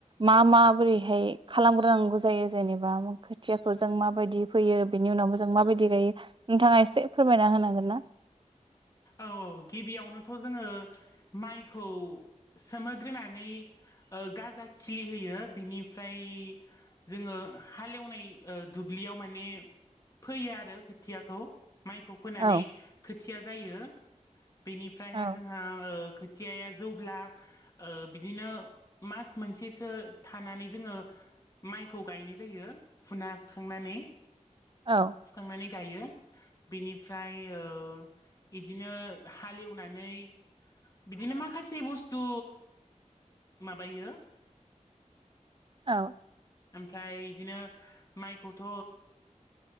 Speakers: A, on the right; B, on the left.
A: मा माबोरैहाय खालामग्रोनांगौ जायो जेनेबा खोथियाफोरजों माबायदि फैयो बेनि उनावबो जों माबायदि गायो नोंथाङा एसे फोरमायना होनो हागोन ना
B: औ औ गिबियावनोथ' जोङो माइखौ सोमोग्रोनानै ओ गाजा खिलि होयो बिनिफ्राय जोङो हालएवना दु- ब्लियाव माने फैयो आरो खोथियाखौ माइखौ फोनानै
A: औ
B: खोथिया जायो बेनिफ्रायहा
A: औ
B: जोंहा ओ खोथियाया जौब्ला ओ बिदिनो मास मोनसेसो थानानै जोङो माइखौ गायनाय जायो फुना खांनानै
A: औ
B: फुखांनानै गायो बिनिफ्राय इदिनो हाल‌िवनानै बिदिनो माखासे बुस्थु माबायो
A: औ
B: ओमफ्राय बिदिनो माइखौथ